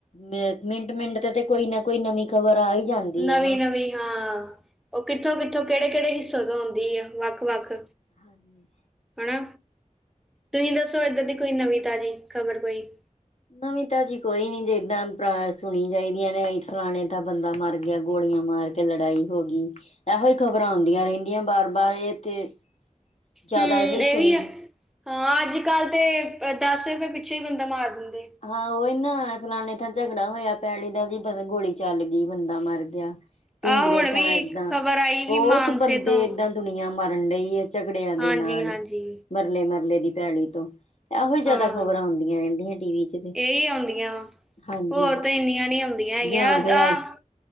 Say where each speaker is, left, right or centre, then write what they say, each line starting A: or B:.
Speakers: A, on the left; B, in the centre.
A: ਮ ਮਿੰਟ-ਮਿੰਟ ਤੇ- ਤੇ ਕੋਈ ਨਾ ਕੋਈ ਨਵੀਂ ਖ਼ਬਰ ਆ ਹੀ ਜਾਂਦੀ
B: ਨਵੀਂ
A: ਆ ਨਾ।
B: ਨਵੀਂ ਹਾਂ ਉਹ ਕਿੱਥੋਂ-ਕਿੱਥੋਂ ਕਿਹੜੇ-ਕਿਹੜੇ ਹਿੱਸੇ ਤੋਂ ਆਉਂਦੀ ਆ ਵੱਖ-ਵੱਖ
A: ਹਾਂਜੀ
B: ਹਨਾ ਤੁਸੀਂ ਦੱਸੋ ਏਧਰ ਦੀ ਕੋਈ ਨਵੀਂ ਤਾਜ਼ੀ ਖ਼ਬਰ ਕੋਈ
A: ਨਵੀ ਤਾਂ ਜੀ ਕੋਈ ਨੀ ਜਿੱਦਾਂ ਸੁਣੀ ਚਾਹੀਦੀਆਂ ਨੇ ਫਲਾਣੇ ਤਾਂ ਬੰਦਾ ਮਰ ਗਿਆ ਗੋਲੀਆਂ ਮਾਰ ਫਿਰ ਲੜਾਈ ਹੋ ਗਈ। ਇਹੋ ਹੀ ਖ਼ਬਰਾਂ ਆਉਂਦੀਆਂ ਰਹਿੰਦੀਆਂ ਬਾਰ-ਬਾਰ ਇਹ ਤੇ ਜ਼ਿਆਦਾ
B: ਹੂੰ
A: ਇਹੋ ਹੀ ਸੁਣੀ
B: ਇਹੀ ਆ ਹਾਂ ਅੱਜ ਕੱਲ ਤੇ ਦਸ ਰੁਪਏ ਪਿੱਛੋਂ ਹੀ ਬੰਦਾ ਮਾਰ ਦਿੰਦੇ।
A: ਹਾਂ ਉਹੀ ਨਾ ਫਲਾਣੇ ਥਾਂ ਝਗੜਾ ਹੋਇਆ ਪੈਲੀ ਦਾ ਜ ਗੋਲੀ ਚੱਲ ਗਈ ਬੰਦਾ ਮਰ ਗਿਆ।
B: ਆ
A: ਢੀਗੜੇ
B: ਹੁਣ
A: ਤਾਂ
B: ਵੀ
A: ਏਦਾਂ
B: ਖਬਰ ਆਈ
A: ਬਹੁਤ
B: ਸੀ ਮਾਨਸੇ
A: ਬੰਦੇ
B: ਤੋਂ
A: ਏਦਾਂ ਦੁਨੀਆਂ ਮਰਨ ਡਈ ਏ। ਝਗੜਿਆਂ ਦੇ
B: ਹਾਂਜੀ
A: ਨਾਲ
B: ਹਾਂਜੀ
A: ਮਰਲੇ- ਮਰਲੇ ਦੀ ਪੈਲੀ ਤੋਂ ਇਹੋ ਹੀ ਜਿਆਦਾ
B: ਹਾਂ
A: ਖ਼ਬਰਾਂ ਆਉਂਦੀਆਂ ਰਹਿੰਦੀਆਂ ਟੀ ਵੀ 'ਚ ਤੇ
B: ਇਹੀ ਆਉਂਦੀਆਂ
A: ਹਾਂਜੀ
B: ਵਾ ਹੋਰ ਤਾਂ ਇੰਨੀਆਂ ਨ ਆਉਂਦੀਆਂ ਹੈਗੀਆਂ
A: ਜਾਂ ਫਿਰ
B: ਆ।